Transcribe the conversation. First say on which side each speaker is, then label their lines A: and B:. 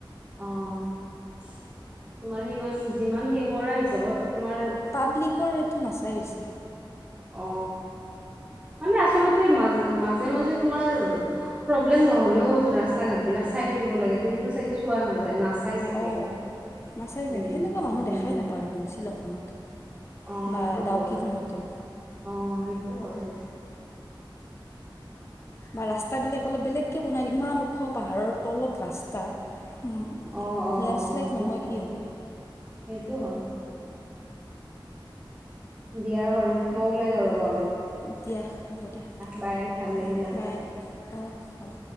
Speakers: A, on the right (about 20°); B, on the left (about 30°).
A: অ, তোমাৰ সিমান যিমান সেই কৰা হিচাপত তোমাৰ
B: পাব্লিকৰ এইটো নাচাই হৈছে।
A: অ, মানে আচলতে মাজে, মাজে, মাজে তোমাৰ প্ৰব্লেম নহ'লেও ৰাস্তা, ঘাট বিলাক চাই থাকিব লাগে। ত সেইটো চাগে চোৱা নাযায় নাচাই। চাগে।
B: অ, নাচাই চাগে,
A: উম
B: সেনেকুৱা মানুহ
A: উম।
B: দেখাই নাপাওঁ দেখোন শ্বিলংখনতো।
A: অ,
B: বা
A: সেইটো হ'ব
B: ডাউকীখনতো
A: পাৰি। অ, সেইটো হয়।
B: বা ৰাস্তাবিলাক অলপ বেলেগকে বনাই, ইমান ওখ পাহাৰৰ তলত ৰাস্তা। উম'
A: অ' অ'
B: লেণ্ডত
A: অ'
B: শ্লাইড
A: সেইটো
B: নহয়
A: হয়।
B: কি হ'ব?
A: সেইটো হয়। দিয়া বাৰু, মই ওলাই যাওঁ ৰ'বা অলপ।
B: দিয়া হ'ব দিয়া,
A: বাই ভাল লাগিলে
B: উম'
A: কথা
B: বাই
A: পাতি।
B: অ, হ'ব।